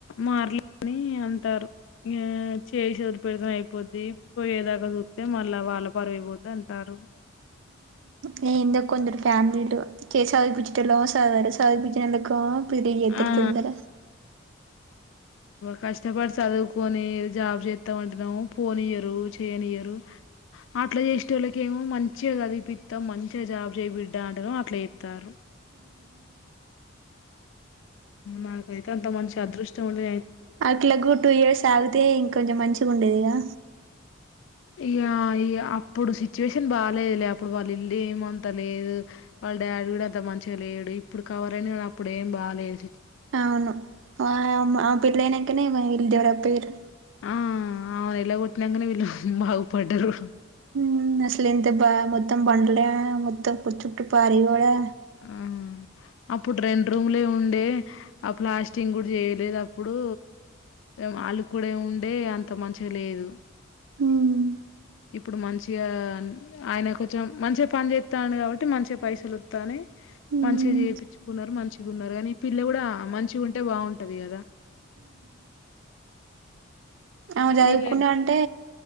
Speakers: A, on the left (about 70°); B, on the right (about 65°).
A: మారలేని అంటారు ఈ చేసేది పెడితం అయిపోద్ది పోయ్యేదాకా చూస్తతే మళ్ళా వాళ్ళ పరువైపోతే అంటారు
B: నేనుంద కొందరు ఫ్యామిలీతో చేసే చవి పచ్చటలు సదవరు చదిపించినలకు పెళ్లి చేత్తరు
A: ఆ
B: తొందర
A: కష్టపడి చదువుకొని జాబ్ చేస్తాం అంటున్నాము పోనీయరు చేయనియరు అట్లా చేసే వాళ్ళకి ఏమో మంచిగా చదివిపిస్తాం మంచిగా జాబ్ చేయిబిడ్డా అంటన్నా అట్లా చేస్తారు నాకైతే అంత మంచి అదృష్టం ఉండే
B: అట్లాగు టూ ఇయర్స్ ఆగితే ఇంకొంచెం మంచిగా ఉండేదిగా
A: ఇగ ఇగ అప్పుడు సిచ్యువేషన్ బాగాలేదు లే అప్పుడు వాళ్ళ ఇల్లు ఏమంత లేదు వాళ్ళ డాడీ కూడా అంత మంచిగా లేడు ఇప్పుడు కవర్ అయిన కానీ అప్పుడు ఏం బాగాలేదు
B: అవును ఆ ఆ పిల్న కనే మ ఇళ్ దవర పేరు
A: ఆ ఏళ్ల కొట్టినాకనే వీళ్ళు బాగుపడ్డారు
B: ఉ అసలే ఎంత బా మొత్తం బండలే మొత్తం చుట్టటు పారీ గోడా
A: ఉ అప్పుడు రెండు రూములే ఉండే ఆ ప్లాస్టింగ్ కూడా చేయలేదు అప్పుడు వాళ్ళు కూడా ఉండే అంత మంచిగా లేదు
B: ఉమ్
A: ఇప్పుడు మంచిగా ఆయన కొంచెం మంచిగా పని చేస్తాడు కాబట్టి మంచిగా పైసలు వస్తాని
B: ఉమ్
A: మంచిగా చేపిచుకున్నారు మంచిగా ఉన్నారు కానీ ఈ పిల్ల కూడా మంచిగా ఉంటే బాగుంటది కదా
B: ఆమే చదువుకున్నా
A: వీళ్ళ
B: అంటే